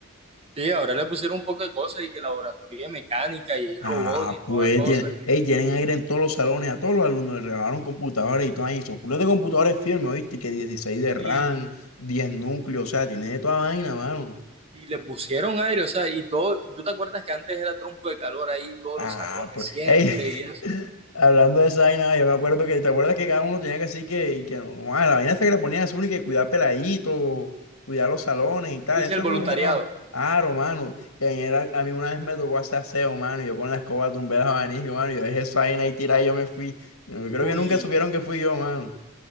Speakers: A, on the right (about 25°); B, on the left (about 75°).
A: Sí, ahora le pusieron un poco de cosas y que laboratorio de mecánica y robot
B: Ah,
A: y toda
B: pues
A: cosa.
B: tienen, ey, tienen aire en todos los salones, a todos los alumnos les regalaron computadores y todo ahí. Son culos de computadores firmes, ¿oíste? Que 16 de RAM,
A: Y
B: 10 núcleos, o sea, tiene de toda vaina, mano.
A: Y le pusieron aire, o sea, y todo, ¿tú te acuerdas que antes era tronco de calor ahí, todos
B: Ah,
A: los salones
B: pues,
A: siempre
B: ey,
A: y eso?
B: <laughs> hablando de esa vaina, yo me acuerdo que, ¿te acuerdas que cada uno tenía que así que, y que no, no, ah, la vaina hasta que le ponían a uno y que cuidar peladitos, cuidar los salones y tal,
A: Dice
B: eso
A: el
B: es
A: voluntariado.
B: como que se llama aro, mano, que ayer a, a mí una vez me tocó hacer aseo, mano, y yo con la escoba tumbé los abanicos, mano, y yo dejé esa vaina ahí tirada y yo me fui, yo creo
A: Uy,
B: que nunca supieron que fui yo, mano,